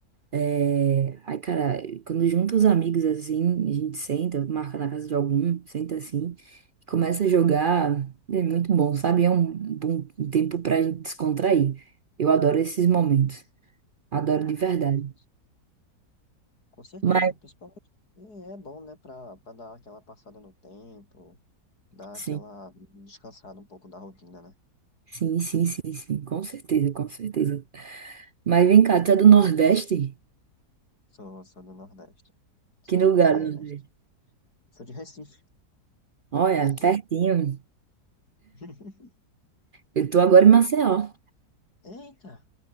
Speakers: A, on the right; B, on the left.
A: É, Ai, cara, quando junta os amigos assim, a gente senta, marca na casa de algum, senta assim, e começa a jogar, é muito bom, sabe? É um bom tempo pra gente descontrair. Eu adoro esses momentos, adoro de
B: Com
A: verdade.
B: certeza. Com certeza,
A: Mas
B: principalmente. E é bom, né, pra, pra dar aquela passada no tempo, dar
A: sim,
B: aquela descansada um pouco da rotina, né?
A: sim, sim, sim, sim, com certeza, com certeza. Mas vem cá, tu é do Nordeste?
B: Sou, sou do Nordeste. Sou
A: Que lugar
B: do Nordeste.
A: do Nordeste?
B: Sou de Recife.
A: Olha,
B: Recife.
A: pertinho.
B: <laughs>
A: Eu tô agora em Maceió.
B: Tu- Eita!